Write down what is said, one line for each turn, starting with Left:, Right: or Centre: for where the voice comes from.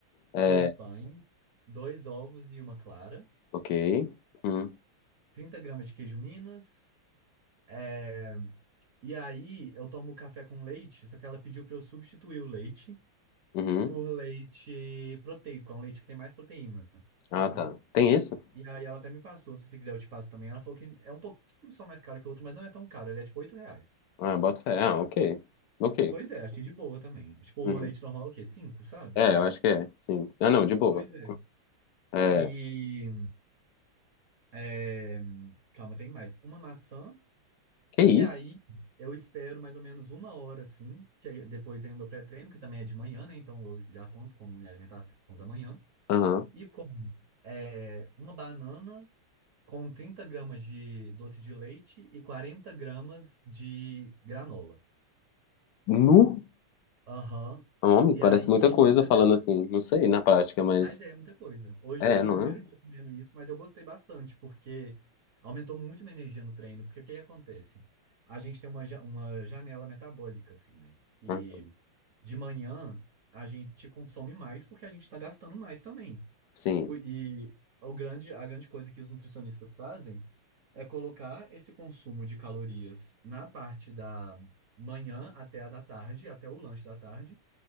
Left: É,
Right: dois pães, dois ovos e uma clara,
Left: ok. Hum,
Right: 30 gramas de queijo Minas. é, E aí eu tomo café com leite, só que ela pediu para eu substituir o leite.
Left: uhum.
Right: por leite proteico, é um leite que tem mais proteína, sabe?
Left: Ah, tá. Tem isso?
Right: E aí ela até me passou, se você quiser eu te passo também. Ela falou que é um pouquinho só mais caro que o outro, mas não é tão caro, ele é tipo 8 reais.
Left: Ah, bota fé. Ah, ok. Ok.
Right: Pois é, achei de boa também. Tipo, o
Left: Uhum.
Right: leite normal é o quê? cinco, sabe?
Left: É, eu acho que é, sim. Ah, não, de boa.
Right: Pois é.
Left: É,
Right: E... é, Calma, tem mais. Uma maçã,
Left: que isso?
Right: e aí eu espero mais ou menos uma hora, assim, que aí depois vem o meu pré-treino, que também é de manhã, né? Então eu já conto como minha alimentação da manhã.
Left: Aham.
Right: E como é, uma banana com 30 gramas de doce de leite e 40 gramas de granola.
Left: Nu?
Right: Aham.
Left: É um homem?
Right: E
Left: Parece
Right: aí
Left: muita coisa
Right: vou malhar.
Left: falando assim. Não sei, na prática, mas...
Right: Mas é muita coisa. Hoje
Left: É,
Right: foi
Left: não
Right: meu primeiro
Left: é?
Right: dia comendo isso, mas eu gostei bastante, porque aumentou muito minha energia no treino. Porque o que que acontece? A gente tem uma, ja- uma janela metabólica, assim, né? E
Left: Ah,
Right: de manhã a gente consome mais porque a gente tá gastando mais também.
Left: Sim,
Right: Po- E o grande, a grande coisa que os nutricionistas fazem é colocar esse consumo de calorias na parte da manhã até a da tarde, até o lanche da tarde,